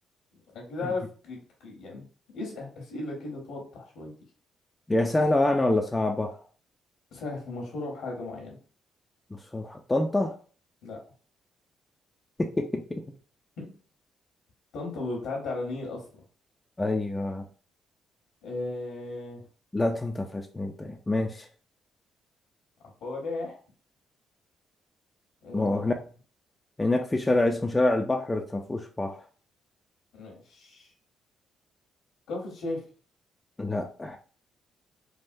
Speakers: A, on the left; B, on the left.
A: أنا كده
B: <laughs>
A: عارف ك- ك- يعني اسأل اسئله كده توضح شويه
B: هي سهلة يعني ولا صعبة
A: سهل مشهوره بحاجه معينه
B: مش فاهم. طنطا
A: لا
B: <laughs>
A: <laughs> طنطا بتعدي على نيل اصلا
B: ايوه
A: آه
B: لا طنطا فيهاش نيل باين ماشي
A: عبارة آه
B: ما هو هناك هناك في شارع اسمه شارع البحر بس ما فيهوش بحر
A: ماشي كفر الشيخ
B: لا